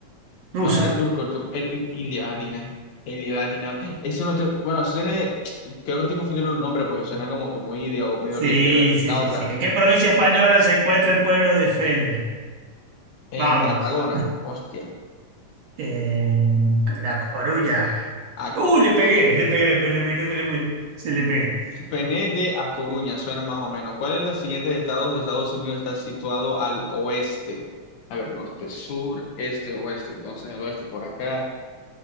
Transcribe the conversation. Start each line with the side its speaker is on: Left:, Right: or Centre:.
Right: ruso.
Left: Vamos a el turco, el turco, el, y le va a atinar, el le va a atinar. Eso no, tiene- bueno, eso tiene, creo que estoy confundiendo los nombres porque suena como que muy de o- Medio
Right: Sí,
Left: Oriente. A ver,
Right: sí,
Left: la
Right: sí,
Left: otra,
Right: sí. ¿En qué provincia española se encuentra el pueblo de Fene?
Left: en
Right: Vamos.
Left: Tarragona, hostia.
Right: En La Coruña.
Left: Ah,
Right: Uh, le pegué, le pegué, le pegué, le pegué, le pegué, le pegué. Sí, le pegué.
Left: Pené de A Coruña, suena más o menos. ¿Cuál es de los siguientes estados de Estados Unidos está situado al oeste? A ver, norte, sur, este, oeste. Entonces, el oeste por acá.